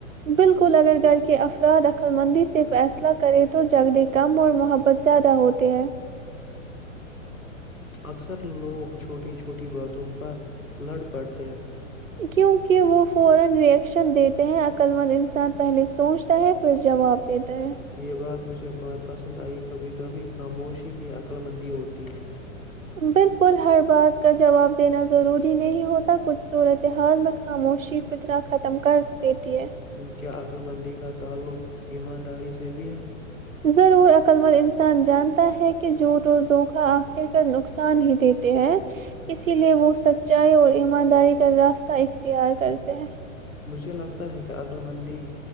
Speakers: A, on the right; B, on the left.
A: بالکل اگر گھر کے افراد خلمندی سے فیصلہ کرے تو جگڑے کم اور محبت زیادہ ہوتے ہے
B: اکثر لوگ چھوٹی چھوٹی باتوں پر لڑ پڑتے ہیں
A: کیوں کہ وہ فورا رییکشن دیتے ہیں عقلمند انسان پہلے سوچتا ہے پھر جواب دیتا ہے
B: یہ بات مجھے بہات پسند آئی کبھی کبھی خاموشی بھی عقلمندی ہوتی ہے
A: بالکل ہر بات کا جواب دینا ضروری نہیں ہوتا کچھ صورتحال میں خاموشی فتنا ختم کر دیتی ہے
B: کیا عقل مندی کا تعلق ایمانداری سے بھی ہے
A: ضرور عقلمند انسان جانتا ہے کہ جھوٹ اور دھوکا آخر نقصان ہی دیتے ہیں اسی لیے وہ سچائی اور ایمانداری کا راستہ اختیار کرتے ہیں
B: مجھے لگتا ہے کہ عقلمندی